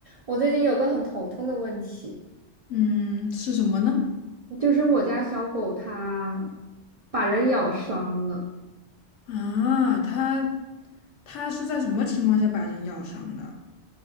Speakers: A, on the right (about 60°); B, on the left (about 80°).
A: 我最近有个很头痛的问题，
B: 嗯，是什么呢？
A: 就是我家小狗它把人咬伤了。
B: 啊，它它是在什么情况下把人咬伤的？